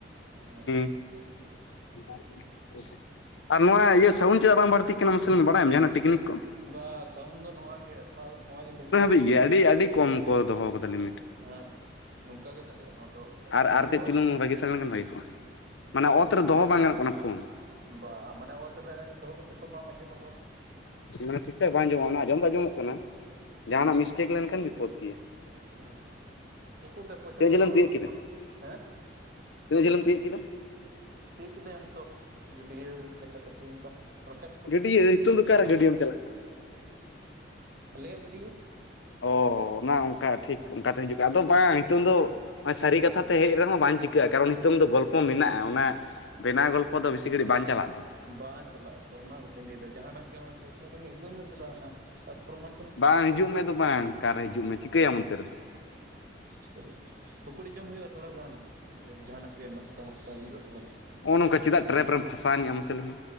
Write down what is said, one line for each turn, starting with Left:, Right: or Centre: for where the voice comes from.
Right: ᱦᱮᱸ
Left: ᱾ <inaudible> ᱟᱨ ᱱᱚᱣᱟ ᱤᱭᱟᱹ ᱥᱟᱣᱩᱱᱰ ᱪᱮᱫᱟᱜ ᱵᱟᱝ ᱵᱟᱹᱲᱛᱤᱜ ᱠᱟᱱᱟ ᱢᱟᱥᱮ ᱞᱟᱹᱭ ᱢᱮ ᱵᱟᱲᱟᱭᱟᱢ ᱡᱟᱦᱟᱱᱟᱜ ᱴᱮᱠᱱᱤᱠ ᱠᱚ᱾
Right: ᱵᱟ ᱥᱟᱣᱩᱱᱰ ᱫᱚ ᱱᱚᱣᱟ ᱜᱮ ᱯᱷᱟ ᱱᱚᱣᱟ ᱜᱮ ᱞᱤᱢᱤᱴ᱾
Left: ᱤ ᱭᱟ ᱟᱹᱰᱤ ᱟᱹᱰᱤ ᱠᱚᱢ ᱠᱚ ᱫᱚᱦᱚ ᱟᱠᱟᱫᱟ ᱞᱤᱢᱤᱴ
Right: ᱦᱮᱸ ᱱᱚᱝᱠᱟ ᱜᱮ ᱥᱟᱰᱮᱭᱟ
Left: ᱾
Right: ᱱᱚᱣᱟ ᱫᱚ
Left: <inaudible> ᱟᱨ ᱟᱨ
Right: ᱮᱠᱷᱟᱱ
Left: ᱠᱟᱹᱡ
Right: ᱫᱚ
Left: ᱪᱩᱞᱩᱝ ᱵᱷᱟᱹᱜᱤ ᱥᱟᱨ ᱞᱮᱱᱠᱷᱟᱱ ᱵᱷᱟᱹᱜᱤ ᱠᱚᱜ-ᱟ᱾ ᱢᱟᱱᱮ ᱚᱛ ᱨᱮ ᱫᱚᱦᱚ ᱵᱟᱝ ᱜᱟᱱᱚᱜ ᱠᱟᱱᱟ ᱯᱷᱳᱱ᱾
Right: ᱵᱟ ᱢᱟᱱᱮ ᱚᱛ ᱨᱮ ᱫᱚᱦᱚ ᱠᱟᱛᱮᱫ ᱫᱚ ᱵᱟᱢ ᱟᱸᱡᱚᱢᱟ ᱨᱚᱲ᱾
Left: ᱢᱟᱱᱮ ᱴᱷᱤᱠ ᱴᱷᱟᱠ ᱵᱟᱝ ᱟᱸᱡᱚᱢᱚᱜ ᱠᱟᱱᱟ, ᱟᱸᱡᱚᱢ ᱫᱚ ᱟᱸᱡᱚᱢᱚᱜ ᱠᱟᱱᱟ ᱾
Right: ᱦᱩᱸ
Left: ᱡᱟᱦᱟᱱᱟᱜ ᱢᱤᱥᱴᱮᱠ ᱞᱮᱱᱠᱷᱟᱱ ᱵᱤᱯᱚᱫ ᱜᱮᱭᱟ ᱾
Right: ᱦᱮᱸ ᱯᱩᱠᱩᱨ ᱫᱚ ᱯᱚᱭᱥᱟ
Left: ᱛᱤᱱᱟᱹᱜ
Right: <unintelligible>
Left: ᱡᱷᱟᱹᱞᱮᱢ ᱛᱤᱭᱳᱜ
Right: ᱯᱩᱠᱩᱨ
Left: ᱠᱮᱫᱟ
Right: ᱦᱮᱸ
Left: ᱛᱤᱱᱟᱹᱜ ᱡᱷᱟᱹᱞᱮᱢ ᱛᱤᱭᱟᱹᱜ ᱠᱮᱫᱟ?
Right: ᱛᱤᱭᱳᱜ ᱠᱤᱫᱟᱹᱧ ᱱᱚᱜᱚᱭ ᱛᱚ ᱜᱟᱹᱰᱭᱟᱹ ᱠᱟᱪᱷᱟ ᱠᱟᱪᱷᱤ ᱚᱝᱠᱟ, ᱨᱚᱴᱮ
Left: ᱜᱟᱹᱰᱤᱭᱟᱹ ᱦᱤᱛᱩᱝ ᱫᱚ ᱚᱠᱟᱨᱮ ᱜᱟᱹᱰᱤᱭᱟᱹᱢ ᱪᱟᱞᱟᱜ ᱠᱟᱱᱟ?
Right: <inaudible> ᱟᱞᱮᱭᱟᱜ ᱜᱟᱹᱰᱭᱟᱹ ᱾
Left: ᱚ ᱚᱱᱟ ᱚᱝᱠᱟ ᱴᱷᱤᱠ ᱚᱝᱠᱟᱛᱮ ᱦᱤᱡᱩᱜ ᱠᱟᱱᱟ ᱾ ᱟᱫᱚ ᱵᱟᱝ ᱱᱤᱛᱚᱝ ᱫᱚ ᱥᱟᱹᱨᱤ ᱠᱟᱛᱷᱟ ᱛᱮ ᱦᱮᱡ ᱨᱮᱦᱚᱸ ᱵᱟᱝ ᱪᱤᱠᱟᱹᱜ-ᱟ ᱠᱟᱨᱚᱱ ᱱᱤᱛᱚᱝ ᱫᱚ ᱜᱚᱞᱯᱚ ᱢᱮᱱᱟᱜ-ᱟ ᱚᱱᱟ ᱵᱮᱱᱟᱣ ᱜᱚᱞᱯᱚ ᱫᱚ ᱵᱮᱥᱤ ᱜᱷᱟᱹᱲᱤᱡ ᱵᱟᱝ ᱪᱟᱞᱟᱜ-ᱟ ᱛᱚ ᱾
Right: ᱵᱟᱝ ᱪᱟᱞᱟᱜ-ᱟ ᱛᱚ ᱚᱱᱟ ᱜᱮᱛᱚᱧ ᱞᱟᱹᱭ ᱫᱟ ᱡᱟᱦᱟᱱᱟᱜ ᱜᱮ ᱢᱟᱱᱮ ᱯᱚᱭᱥᱟ ᱛᱟᱹᱱᱤᱜ ᱟᱹᱜᱩᱭ ᱢᱮ ᱫᱮᱞᱟ ᱦᱮᱸᱜ-ᱮ ᱴᱟᱥᱯᱷᱨᱚᱢᱟᱨ᱾
Left: ᱵᱟᱝ ᱦᱤᱡᱩᱜ ᱢᱮ ᱫᱚ ᱵᱟᱝ ᱚᱠᱟᱨᱮ ᱦᱤᱡᱩᱜ ᱢᱮ ᱪᱤᱠᱟᱹᱭᱟᱢ ᱚᱱᱛᱮ ᱨᱮᱫᱚ᱾
Right: ᱱᱚᱛᱮᱨᱮ ᱯᱳᱠᱳᱲᱤ ᱡᱚᱢ ᱦᱩᱭᱩᱜ-ᱟ ᱛᱷᱚᱲᱟᱜᱟᱱ ᱫᱮ ᱡᱟᱦᱟᱱᱟᱜ ᱜᱮ ᱱᱟᱥᱛᱟ ᱢᱟᱥᱛᱟ ᱦᱩᱭᱩᱜ-ᱟ ᱛᱷᱚᱲᱟᱜᱟᱱ᱾
Left: ᱱᱚᱜ-ᱚ ᱱᱚᱝᱠᱟ ᱪᱮᱫᱟᱜ ᱴᱨᱮᱯ ᱨᱮᱢ ᱯᱷᱟᱥᱟᱣᱤᱧ-ᱟ ᱢᱟᱥᱮ ᱞᱟᱹᱭ ᱢᱮ